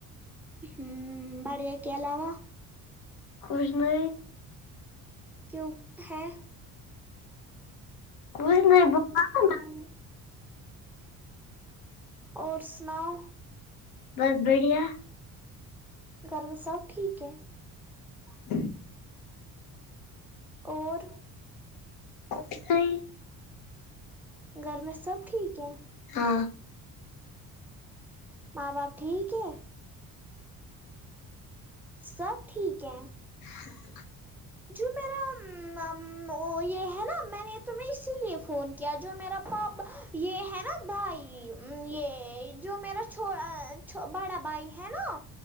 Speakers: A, in the centre; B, on the left.
A: ہوں بڑیا کے علاوہ
B: کچھ نہیں
A: کیوں ہے <unintelligible>
B: کچھ نہیں بولا نا،
A: اور سناؤ
B: بس بڑھیا
A: گھر میں سب ٹھیک ہے
B: ہاں
A: اور
B: نہیں
A: ہوں گھر میں سب ٹھیک ہے
B: ہاں
A: ماں باپ ٹھیک ہے سب ٹھیک ہے
B: <unintelligible>
A: جو میرا وہ یہ ہے نا میں نے تمہیں اسی لیے فون کیا جو میرا پاپ یہ ہے نا بھائی یہ جو میرا چھو بڑا بھائی ہے نا